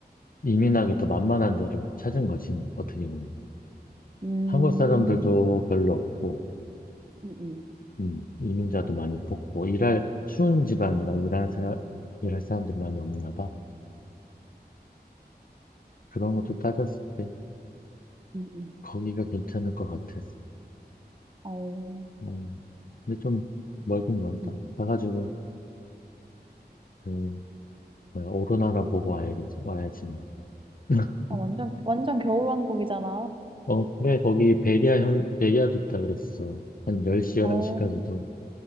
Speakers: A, on the left (about 55°); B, on the right (about 30°).
A: 이민하기 더 만만한 데를 찾은 거지, 뭐, 어떻게 보면.
B: 음,
A: 한국 사람들도 별로 없고,
B: 음, 음.
A: 음, 이민자도 많이 뽑고, 일할, 추운 지방이라 일할 사람, 일할 사람들이 많이 없나 봐. 그런 것도 따졌을 때,
B: 음, 음.
A: 거기가 괜찮을 것 같았어.
B: 어,
A: 음, 근데 좀 멀긴 멀다.
B: 음.
A: 가가지고, 그, 뭐야, 오로나라 보고 와야겠지, 와야지. 뭐. <laughs>
B: 아, 완전, 완전 겨울왕국이잖아.
A: 어, 그래, 거기 백야 현, 백야도 있다 그랬어. 한 10시, 11시까지도
B: <laughs> 어,